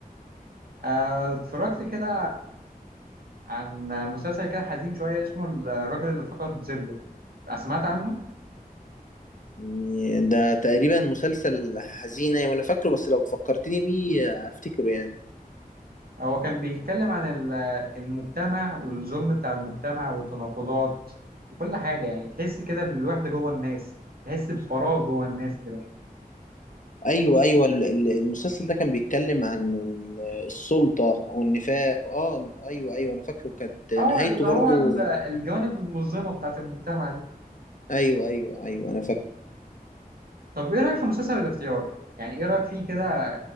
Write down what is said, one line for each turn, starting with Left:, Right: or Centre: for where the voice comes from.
Right: آه، اتفرجت كده عن مسلسل كده حزين شوية اسمه الراجل اللي فقد ظله سمعت عنه؟
Left: يعني ده تقريبا مسلسل حزينة وانا فاكره بس لو فكرتني بيه هفتكره يعني
Right: هو كان بيتكلم عن ال- المجتمع والظلم بتاع المجتمع والتناقضات وكل حاجة يعني تحس كده بالوحدة جوه الناس تحس بفراغ جوه الناس كده
Left: ايوه ايوه ال- ال- المسلسل ده كان بيتكلم عن ال- السلطة او النفاق اه ايوه ايوه انا فاكره كانت نهايته
Right: اه اللي
Left: برضو
Right: هو ال- الجوانب المظلمة بتاعت المجتمع دي
Left: ايوه ايوه ايوه انا فاكره
Right: طب ايه رأيك في مسلسل الاختيار؟ يعني ايه رأيك فيه كده